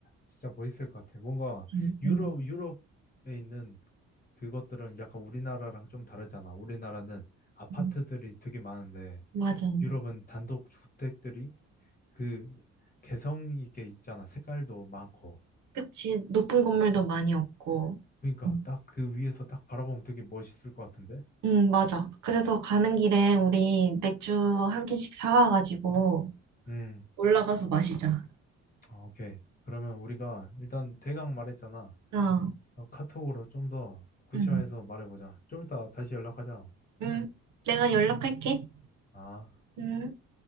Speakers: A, on the left; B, on the right.
A: 진짜 멋있을 것 같아. 뭔가
B: 음,
A: 유럽,
B: 음,
A: 유럽에 있는 그것들은 약간 우리나라랑 좀 다르잖아. 우리나라는 아파트들이
B: 음.
A: 되게 많은데
B: 맞아.
A: 유럽은 단독 주택들이 그 개성 있게 있잖아. 색깔도 많고.
B: 그치. 높은 건물도
A: 음,
B: 많이 없고.
A: 그러니까
B: 음,
A: 딱 그 위에서 딱 바라보면 되게 멋있을 것 같은데.
B: 음, 맞아. 그래서 가는 길에 우리 맥주 한 캔씩 사와가지고
A: 음,
B: 올라가서 마시자.
A: 아, 오케이. 그러면 우리가 일단 대강 말했잖아.
B: 어,
A: 어, 카톡으로 좀 더 구체화해서
B: 응,
A: 말해보자. 좀 이따 다시 연락하자.
B: 응. 내가 연락할게.
A: 아.
B: 응.